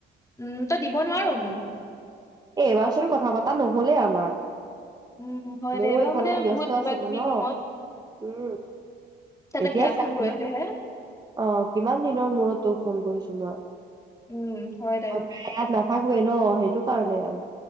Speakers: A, on the left; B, on the right.
A: উম তই দিব নোৱাৰো মোক
B: এই এইবাৰ চোন কথা পতা নহলেই আমাৰ
A: উম হয়
B: ময়ও
A: দে এইবাৰ
B: এইফালে
A: মানে
B: ব্যস্ত
A: বহুত কিবা
B: আছিলো
A: কিবি
B: ন
A: কামত
B: উম
A: তাতে
B: এতিয়া
A: বিয়াখন
B: চা কিমান
A: গৈছে
B: দিনৰ
A: হে
B: অঁ কিমান দিনৰ মূৰত তোৰ ফোন কৰিছো তোমাৰ
A: উম হয় দে
B: অঁ পয়াত ন নাথাকোৱে ন সেইটো পাতিলা আৰু